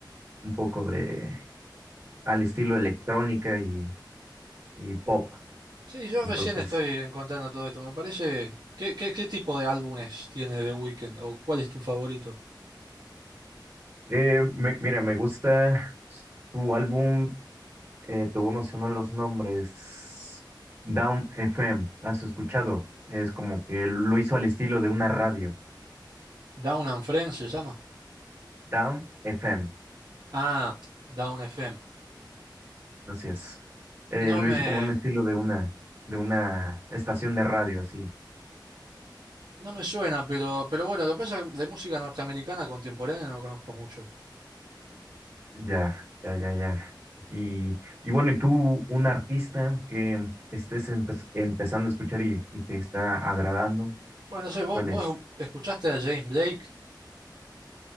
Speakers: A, on the right; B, on the right.
A: un poco de al estilo electrónica y, y pop.
B: Sí, yo
A: Entonces,
B: recién estoy encontrando todo esto. Me parece. ¿Qué, qué, qué tipo de álbumes tiene The Weeknd? ¿O cuál es tu favorito?
A: eh, me- mira, me gusta tu álbum, eh, te voy a mencionar los nombres, Down FM, ¿has escuchado? Es como que lo hizo al estilo de una radio.
B: Down and Friends se llama.
A: Down FM,
B: Ah, Down FM.
A: así es. Eh,
B: No
A: lo
B: me,
A: hizo como un estilo de una, de una estación de radio, así.
B: no me suena, pero, pero bueno, lo que pasa es que de música norteamericana contemporánea no conozco mucho.
A: Ya, ya, ya, ya. Y, y bueno, ¿y tú, un artista que estés empe- empezando a escuchar y, y que está agradando?
B: Bueno, no sé, vos,
A: ¿Cuál
B: vos
A: es?
B: escuchaste a James Blake,